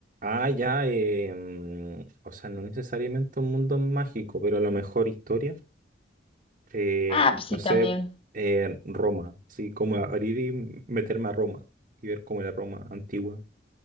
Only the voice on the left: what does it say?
Ah, pues sí,
también.